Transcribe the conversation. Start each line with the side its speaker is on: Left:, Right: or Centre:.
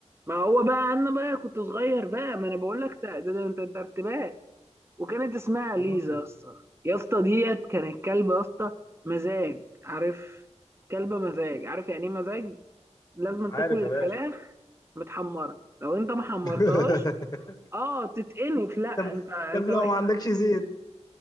Right: ما هو بقى انا بقى كنت صغير بقى ما انا بقول لك ده ده ده- ده ارتباك وكانت اسمها
Left: مم.
Right: ليزا يا اسطى يا اسطى ديت كانت كلبه يا اسطى مزاج عارف كلبه مزاج عارف يعني ايه مزاج لازم
Left: عارف
Right: تاكل
Left: يا
Right: الفراخ
Left: باشا
Right: متحمره لو انت ما حمرتهاش
Left: <laughs>
Right: اه تتقنف لا
Left: طب
Right: انت انت
Left: طب لو
Right: وحش
Left: ما عندكش زيت